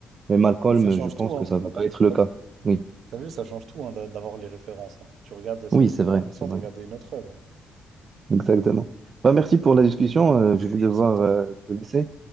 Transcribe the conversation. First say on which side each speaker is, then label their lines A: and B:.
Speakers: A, on the right; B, on the right.
A: mais Malcolm,
B: Ça change
A: je pense
B: tout, hein.
A: que ça va pas être le
B: T'as
A: cas.
B: vu,
A: Oui,
B: t'as vu, ça change tout hein, d'a- d'avoir les références. hein. Tu regardes, c'est
A: oui,
B: vrai
A: c'est
B: que t'as
A: vrai,
B: l'impression
A: c'est
B: de
A: vrai.
B: regarder une autre œuvre. hein.
A: Exactement. Bah, merci pour la discussion. Euh, je vais devoir
B: Merci à toi.
A: euh, te laisser.